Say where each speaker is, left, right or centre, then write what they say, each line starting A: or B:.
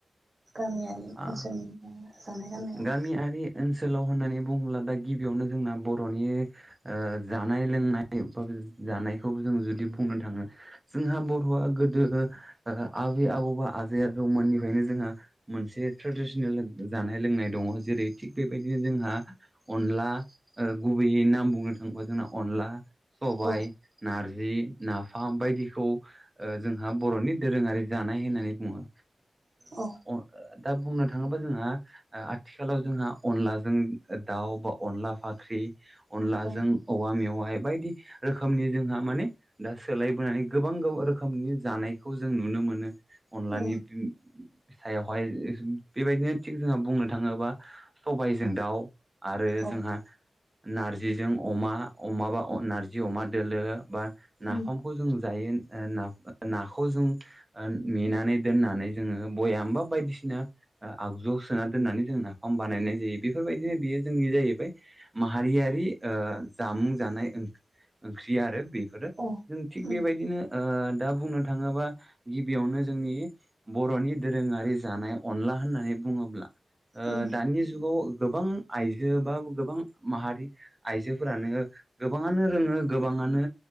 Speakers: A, on the right; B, on the right.
A: गामियारि
B: आ
A: ओनसोलनि जानाय लोंनायाव
B: गामियारि ओनसोलाव होननानै बुङोब्ला दा गिबियावनो जोंना बर'नि जानाय ओ लोंनाय जों बुंनो थाङो जोंहा बर'आ गोदो आबै आबौबा आ जौमोननिफ्रायनो जोंहा मोनसे थ्रेडिसनेल जानाय जानाय लोंनाय दङ जेरै थिग बेबायदिनो जोंहा अनला गुबैयै नाम बुंनो थाङोबा जों अनला, सबाय,
A: औ
B: नारजी जि नाफाम बायदिखौ जोंहा बर'नि दोरोङारि जानाय होननानै बुङो।
A: औ
B: ओ दा बुंनो थाङोबा जोंहा आथिखालाव जोंहा अनलाजों दाउ बा अनला फाख्रि अनलाजों
A: औ
B: औवा गामियावहाय बायदि रोखोमनि जोंहा माने दा सोलायबोनानै गोबां रोखोमनि जानायखौ जों नुनो मोनो अनलानि
A: उम
B: सायावहाय बेबायदिनो थिग बुंनो थाङोबा सबायजों दाउ आरो
A: औ
B: जोंहा नार्जिजों अमा अमाबा नारजि अमा दोलो बा
A: उम
B: नाफामखौ जों जायो। नाखौ जों मेनानै दोननानै जोङो बयामबा बायदिसिना आगजु सोना दोनानै जों नाफाम बानायनाय जायो बेफोरबायदिनो बेयो जोंनि जाहैबाय माहारियारि जामुं जानाय ओंख्रि आरो बेफोरो
A: औ
B: जों थिग
A: उम
B: बेबायदिनो ओ दा बुंनो थाङोबा गिबियावनो जोंनि बर'नि दोरोङारि जानाय अनला होननानै बुङोब्ला ओ
A: उम
B: दानि जुगाव गोबां आइजो बा गोबां माहारि आइजोफोरानो गोबाङानो रोङो गोबां गोबां आनो